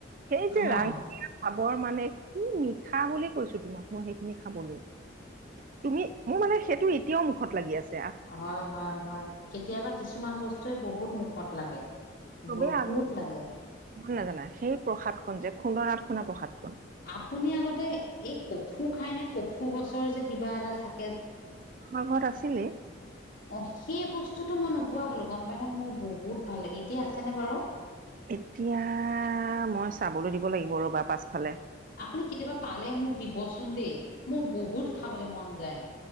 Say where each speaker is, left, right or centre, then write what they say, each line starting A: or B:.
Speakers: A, on the right; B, on the left.
A: সেই যে
B: অ',
A: ৰাং- বৰ মানে কি মিঠা বুলি কৈছো তোমাক মই সেইখিনি খাবলৈ। তুমি মোৰ মানে সেইটো এতিয়াও মুখত লাগি আছ-
B: হয় হয় হয় কেতিয়াবা কিছুমান বস্তুৱে বহুত মুখত লাগে।
A: চবেই
B: বহুত
A: আগৰ
B: লাগে।
A: নাজানা সেই প্ৰসাদখনন যে খুন্দনাত শুনা প্ৰসাদ
B: আপুনি আগতে এই কফু খাই নে কফু গছৰ যে কিবা এডাল থাক-
A: আমাৰ ঘৰত আছিলে।
B: অ সেই বস্তুটো মই নোপোৱা হলো গম পাই নে মোৰ বহুত ভাল লাগে এতিয়া আছে নে বাৰু?
A: এতিয়া মই চাবলৈ দিব লাগিব ৰ'বা পাছফালে
B: আপুনি কেতিয়াবা পালে মোক দিবচোন দেই মোৰ বহুত খাবলৈ মন যায়।